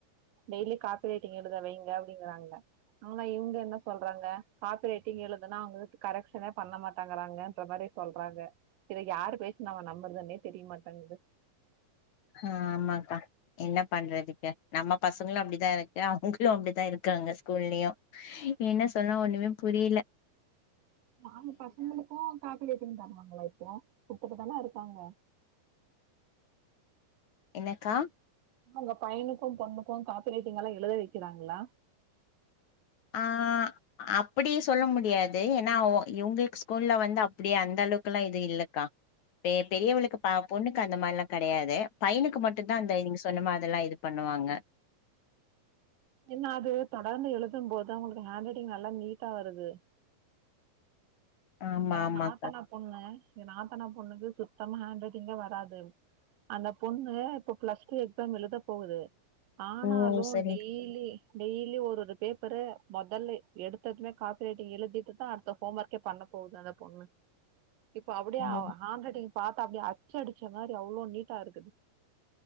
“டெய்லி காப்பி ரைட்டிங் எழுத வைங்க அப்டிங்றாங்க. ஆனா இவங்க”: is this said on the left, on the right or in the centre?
Right